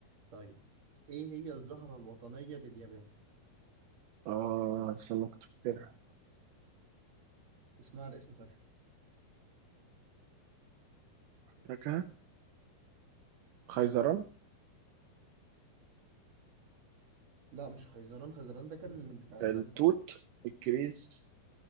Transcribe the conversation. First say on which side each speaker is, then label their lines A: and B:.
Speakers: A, on the right; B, on the right.
A: طيب ايه هي الزهرة الوطنية لليابان؟
B: آه استنى كنت فاكرها
A: اسمها على اسم فاكهة
B: فاكرها خيزران
A: لا مش خيزران خيزران ده كان بتاع الباندا
B: التوت الكريز